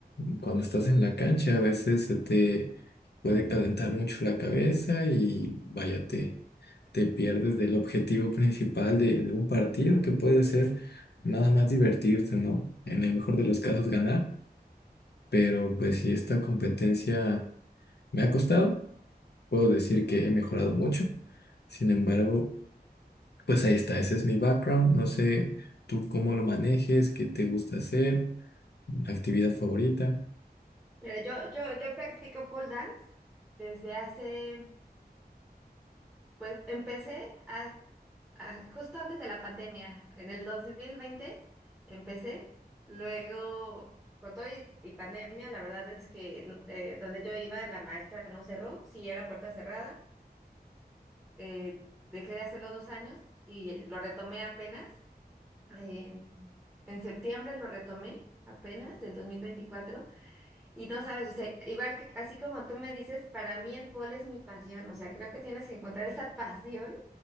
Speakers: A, on the left; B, in the centre.
A: cuando estás en la cancha a veces se te puede calentar mucho la cabeza y vaya, te, te pierdes del objetivo principal de, de un partido que puede ser nada más divertirte, ¿no? En el mejor de los casos ganar, pero pues si esta competencia me ha costado puedo decir que he mejorado mucho. Sin embargo, pues ahí está, ese es mi background. No sé tú cómo lo manejes, qué te gusta hacer, actividad favorita.
B: Mira, yo, yo, yo practico pole dance desde hace, pues empecé a, a- justo antes de la pandemia, en el 2020 empecé, luego con todo y, y pandemia, la verdad es que eh, donde yo iba la maestra no cerró, sí era puerta cerrada, eh, dejé de hacerlo dos años y lo retomé apenas, en, en septiembre lo retomé apenas del dos mil veinticuatro Y no sabes, o sea, igual que así como tú me dices, para mí el polo es mi pasión, o sea, creo que tienes que encontrar esa pasión